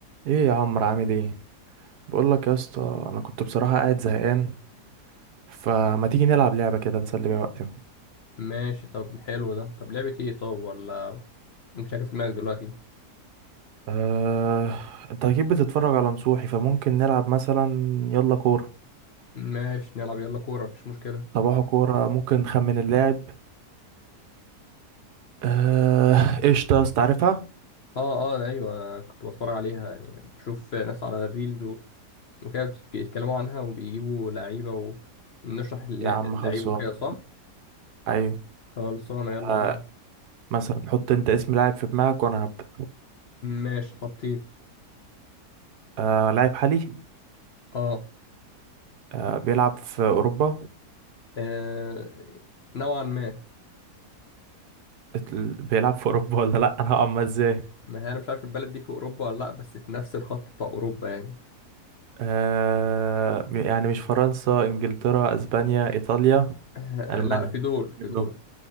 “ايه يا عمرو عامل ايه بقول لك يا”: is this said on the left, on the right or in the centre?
Right